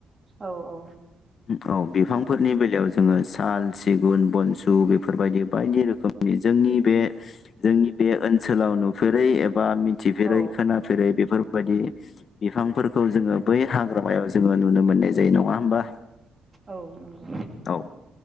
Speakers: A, on the right; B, on the left.
A: औ औ।
B: औ बिफांफोरनि
A: नंगौ
B: बेलायाव जो -ङो साल सिगुन बनसु बेफोरबायदि बायदि रोखोमनि जोंनि बे जोंनि बे ओनसोलाव नुफेरै बा मिथिफेरै
A: औ
B: खोनाेफेरै बेफोर बायदि बिफांफोरखौ जोङो बै हाग्रामायाव जोङो नुनो मोननाय जायो नङा होमबा।
A: औ नंगौ
B: औ।